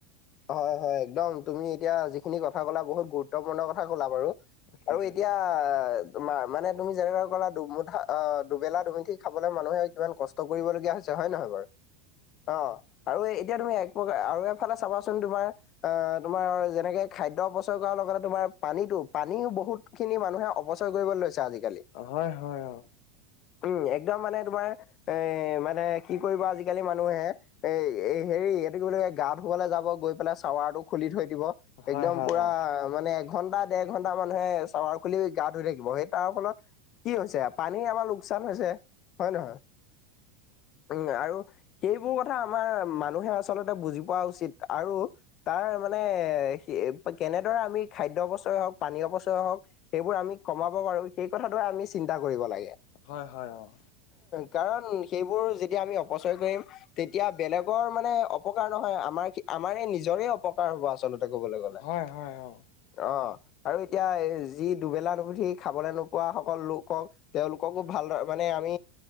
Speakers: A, on the left; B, on the left.
A: হয়, হয়। একদম তুমি এতিয়া যিখিনি কথা ক'লা বহুত গুৰুত্বপূৰ্ণ কথা ক'লা বাৰু।
B: হয়
A: আৰু এতিয়া মা-মানে তুমি যেনেকৈ ক'লা দুমুঠা অ' দুবেলা দুমিঠি খাবলে মানুহে কিমান কষ্ট কৰিবলগীয়া হৈছে হয় নহয় বাৰু। অ' আৰু এতিয়া তুমি এক প্ৰকাৰ আৰু এফালে চাবাচোন তোমাৰ আহ তোমাৰ যেনেকে খাদ্য অপচয় কৰাৰ লগতে তোমাৰ পানীতো পানীও বহুত খিনি মানুহে অপচয় কৰিব লৈছে আজি।
B: হয়, হয়, হয়।
A: উম একদম মানে তোমাৰ এ মানে কি কৰিব আজিকালি মানুহে এ হেৰি এইটো কি বুলি কয়, গা ধুবলৈ যাব গৈ পেলাই চাৱাৰটো খুলি থৈ দিব
B: হয়
A: একদম
B: হয়
A: পুৰা
B: অ
A: মানে এক ঘণ্টা ডেৰ ঘণ্টা মানুহে চাৱাৰ খুলি গা ধুই থাকিব সেই তাৰ ফলত কি হৈছে, পানী আমাৰ লোকচান হৈছে হয় নহয়। উম আৰু সেইবোৰ কথা আমাৰ মানুহে আচলতে বুজি পোৱা উচিত। আৰু তাৰ মানে কেনেদৰে আমি খাদ্য অপচয় হওক, পানীয় অপচয় হওক সেইবোৰ আমি কমাব পাৰো, সেই কথাটোহে আমি চিন্তা কৰিব লাগে।
B: হয়, হয় অহ'।
A: কাৰণ সেইবোৰ যেতিয়া আমি অপচয় কৰিম তেতিয়া বেলেগৰ মানে অপকাৰ নহয়, আমাৰখিনি আমাৰে নিজৰে অপকাৰ হ'ব আচলতে ক'বলৈ গ'লে,
B: অ হয় হয় অ
A: অ। আৰু এতিয়া যি দুবেলা দুমুঠি খাবলৈ নোপোৱা সকল লোকক তেওঁলোককো ভালদৰে মানে আমি